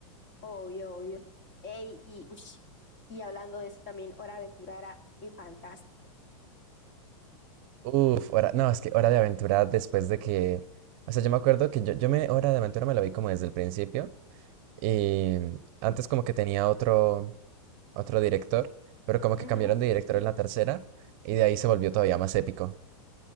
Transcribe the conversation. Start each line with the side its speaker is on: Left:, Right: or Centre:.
Left: Obvio, obvio. Ey, y, ush, y hablando de eso también, Hora de Aventura era y fantástico.
Right: Uf, hora, no, es que Hora de Aventura después de que... O sea, yo me acuerdo que yo, yo me... Hora de Aventura me la vi como desde el principio. Y antes como que tenía otro... otro director, pero como
Left: Ujú.
Right: que cambiaron de director en la tercera y de ahí se volvió todavía más épico.